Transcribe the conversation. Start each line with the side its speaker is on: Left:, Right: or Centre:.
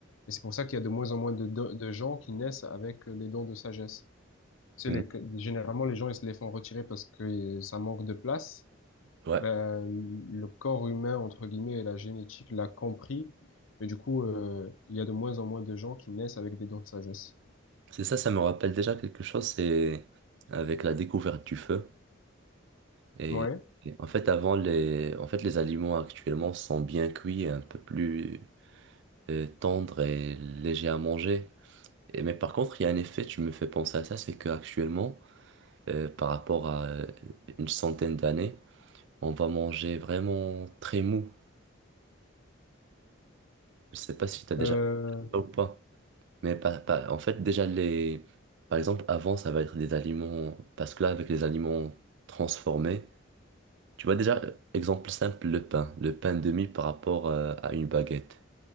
Left: Et c'est pour ça qu'il y a de moins en moins de, de, de gens qui naissent avec euh, les dents de sagesse. C'est
Right: Mm.
Left: les, généralement, les gens, ils se les font retirer parce que euh, ça manque de place
Right: Ouais.
Left: ben, le corps humain, entre guillemets, et la génétique l'a compris. Et du coup, euh, il y a de moins en moins de gens qui naissent avec des dents de sagesse.
Right: C'est ça, ça me rappelle déjà quelque chose, c'est avec la découverte du feu. Et,
Left: Ouais.
Right: et en fait, avant, les, en fait, les aliments actuellement sont bien cuits et un peu plus euh, tendres et légers à manger. Et, mais par contre, il y a un effet, tu me fais penser à ça, c'est qu'actuellement, euh, par rapport à euh, une centaine d'années, on va manger vraiment très mou. Je sais pas si tu as déjà
Left: Euh,
Right: fait ça ou pas. Mais pas, pas- en fait, déjà, les, par exemple, avant, ça va être des aliments, parce que là, avec les aliments transformés, Tu vois déjà, euh, exemple simple, le pain. Le pain demi par rapport euh, à une baguette